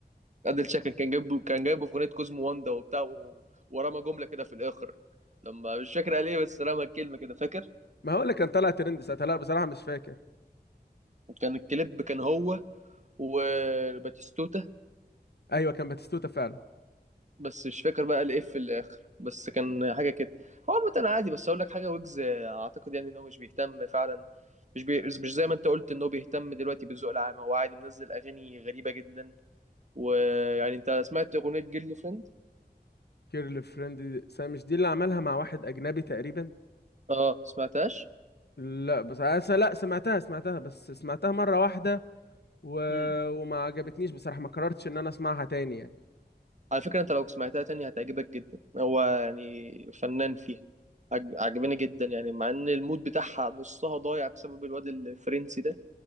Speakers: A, on the right; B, on the left.
A: ادل شكل كان جايبه كان جايبه في اغنيه كوزمو واندا وبتاع و- ورمى جمله كده في الاخر لما مش فاكر قال ايه بس رمى الكلمه كده فاكر
B: ما هو اللي كان طالع ترند ساعتها لا بصراحه مش فاكر
A: وكان الكليب كان هو وباتيستوتا
B: ايوه كان باتيستوتا فعلا
A: بس مش فاكر بقى قال ايه في الاخر بس كان حاجه كده هو عامه انا عادي بس اقول لك حاجه ويجز اعتقد يعني ان هو مش بيهتم فعلا مش بي... مش زي ما انت قلت ان هو بيهتم دلوقتي بالذوق العام هو عادي منزل اغاني غريبه جدا ويعني انت سمعت اغنيه جيرل فريند
B: كيرل فريند س- مش دي اللي عملها مع واحد اجنبي تقريبا
A: اه سمعتهاش
B: لا بس أس- لا سمعتها سمعتها بس سمعتها مره واحده و...
A: مم.
B: وما عجبتنيش بصراحه ما قررتش ان انا اسمعها تاني يعني
A: على فكرة انت لو سمعتها تاني هتعجبك جدا هو يعني فنان فيها عجب- عجباني جدا يعني مع ان المود بتاعها نصها ضايع بسبب الواد الفرنسي ده